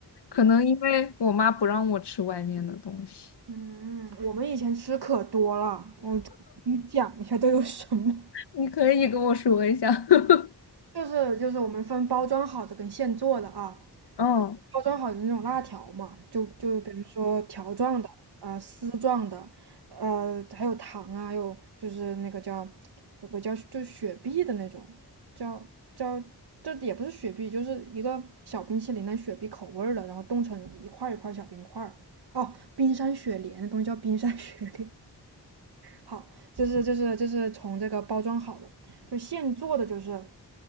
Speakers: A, on the left (about 80°); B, on the right (about 70°).
A: 可能因为我妈不让我吃外面的东西。
B: 嗯，我们以前吃可多了，我给你讲一下都有什么。
A: <laughs> 你可以跟我说一下。<laughs>
B: <laughs> 就是就是我们分包装好的跟现做的啊，
A: 嗯。
B: 包装好的那种辣条嘛，就就比如说条状的啊、丝状的，呃，还有糖啊，还有就是那个叫有个叫就是雪碧的那种，叫叫这也不是雪碧，就是一个小冰淇淋，但雪碧口味儿的，然后冻成一块儿一块儿小冰块儿。哦，冰山雪莲，那东西叫冰山雪莲。好，就是就是就是从这个包装好的，就现做的，就是，